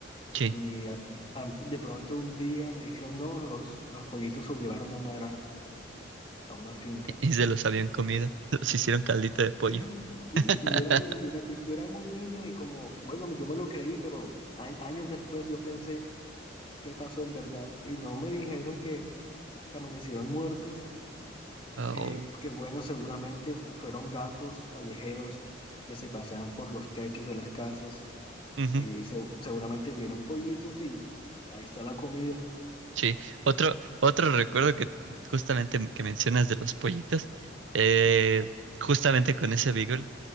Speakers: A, on the right; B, on the left.
A: sí,
B: y a- a- de pronto un día me dijeron, no, los, los pollitos se los llevaron a una granja, a una finca.
A: <laughs> y se los habían comido. <laughs> Los hicieron caldito de pollo.
B: Sí, Sí,
A: <laughs>
B: y yo era muy, yo era, yo era muy niño y como, bueno, yo me lo creí, pero a- años después yo pensé qué pasó en verdad y no me dijeron que, que amanecieron muertos,
A: Oh,
B: eh, porque bueno, seguramente f- fueron gatos callejeros que se pasean por los techos de las casas
A: ujú,
B: y se- seguramente vieron pollitos y ahí está la comida.
A: sí. Otro, otro recuerdo que justamente que mencionas de los pollitos, eh, justamente con ese Beagle,